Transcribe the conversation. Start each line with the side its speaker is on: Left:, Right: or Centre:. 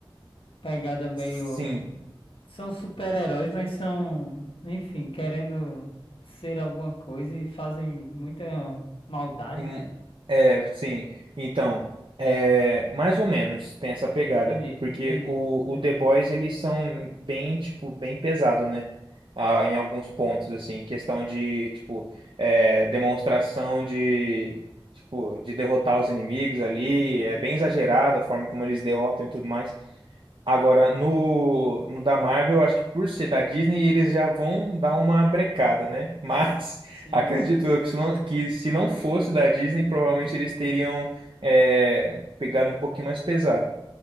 Left: pegada meio.
Right: sim.
Left: São super-heróis, mas são, enfim, querendo ser alguma coisa e fazem muita maldade,
Right: Hum,
Left: né?
Right: É, sim. Então, é, mais ou menos tem essa pegada,
Left: Entendi,
Right: porque
Left: entendi,
Right: o,
Left: entendi.
Right: o The Boys eles são bem, tipo, bem pesado, né? Ah, em alguns pontos, assim, questão de, tipo, é, demonstração de, tipo, de derrotar os inimigos ali,
Left: Sim,
Right: é bem
Left: sim,
Right: exagerado a forma como eles derrotam e tudo mais. Agora, no, no da Marvel, acho que por ser da Disney, eles já vão dar uma brecada, né? Mas
Left: sim,
Right: <laughs> acredito
Left: sim, sim,
Right: eu que se
Left: sim.
Right: não, que se não fosse da Disney, provavelmente eles teriam é, pegado um pouquinho mais pesado.